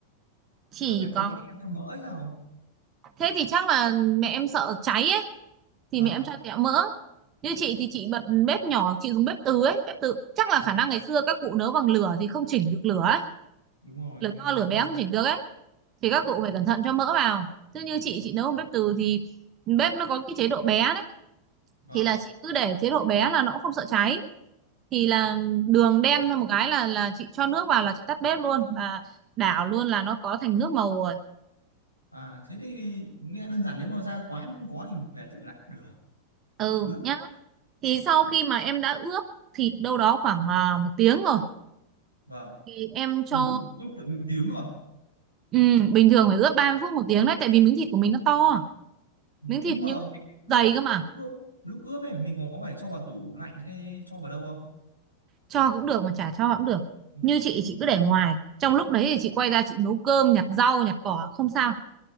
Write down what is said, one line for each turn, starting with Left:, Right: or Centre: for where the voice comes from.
Right: chỉ
Left: Trước em thấy
Right: có
Left: mẹ em cho mỡ hay sao?
Right: thế thì chắc là mẹ em sợ cháy à? thì
Left: Ờ
Right: mẹ em cho tẹo mỡ như chị thì chị bật bếp nhỏ chị dùng bếp từ ấy bếp từ chắc là
Left: vâng
Right: khả năng ngày xưa các cụ nấu bằng lửa thì không chỉnh được lửa ấy.
Left: đúng rồi
Right: lửa
Left: cái-
Right: to lửa bé không
Left: cái-
Right: chỉnh được ấy thì các cụ phải cẩn thận cho mỡ vào chứ như chị chị nấu bằng bếp từ thì bếp nó có cái chế độ bé đấy
Left: vâng
Right: thì là chị cứ để chế độ bé là nó cũng không sợ cháy thì là đường đen ra một cái là là chị cho nước vào là chị tắt bếp luôn là đảo luôn là nó có thành nước màu rồi
Left: à thế thì nghe đơn giản nếu mà ra quán không có thì mình về tự làm được
Right: ừ
Left: Ừ, ướp
Right: nhá thì sau
Left: vâng
Right: khi mà em đã ướp thịt đâu đó khoảng à, một tiếng rồi
Left: vâng
Right: thì em cho
Left: Ui, ướp, ướp tận một tiếng cơ
Right: Ừ, bình thường phải ướp 30 phút một tiếng đấy tại vì miếng thịt của mình nó to miếng thịt
Left: nhưng mà
Right: những
Left: cái, lúc
Right: dày cơ mà
Left: lúc ướp lúc ướp ấy mình có phải cho vào tủ lạnh hay cho vào đâu không
Right: cho cũng được mà chả cho cũng được
Left: Ừ.
Right: như chị chị cứ để ngoài trong lúc đấy thì chị quay ra chị nấu cơm nhặt rau nhặt cỏ không sao